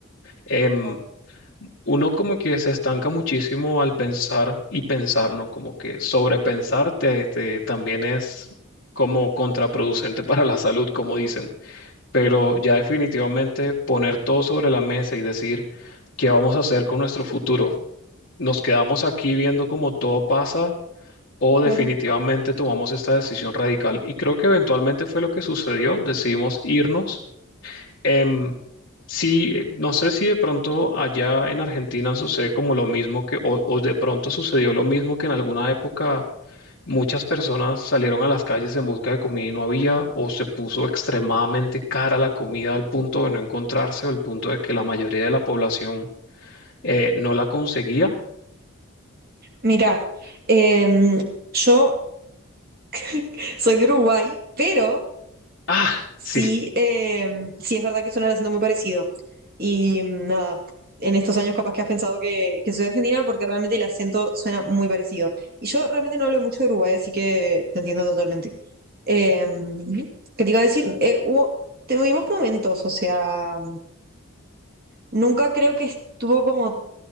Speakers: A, on the left; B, on the right.
A: Em,
B: Ah,
A: uno como que se estanca muchísimo al pensar y pensar, ¿no? Como que sobrepensar te, te- también es como contraproducente <laughs> para la salud, como dicen pero ya
B: ah,
A: definitivamente poner todo sobre la mesa y decir qué vamos a hacer con nuestro futuro. ¿Nos quedamos aquí viendo cómo todo pasa o
B: Claro.
A: definitivamente tomamos esta decisión radical? Y creo que eventualmente fue lo que sucedió. Decidimos irnos Em, sí, eh, no sé si de pronto allá en Argentina sucede como lo mismo que, o, o de pronto sucedió lo mismo que en alguna época muchas personas salieron a las calles en busca de comida y no había, o se puso extremadamente cara la comida al punto de no encontrarse, o al punto de que la mayoría de la población eh, no la conseguía.
B: Mirá, em, yo <laughs> soy de Uruguay, pero
A: Ah,
B: Sí,
A: sí,
B: eh, sí es verdad que suena el acento muy parecido. Y mm, nada, en estos años capaz que has pensado que, que soy argentina porque realmente el acento suena muy parecido. Y yo realmente no hablo mucho de Uruguay, así que te entiendo totalmente. Eh, ¿qué te iba a decir? Eh, hubo, tuvimos momentos, o sea, nunca creo que estuvo como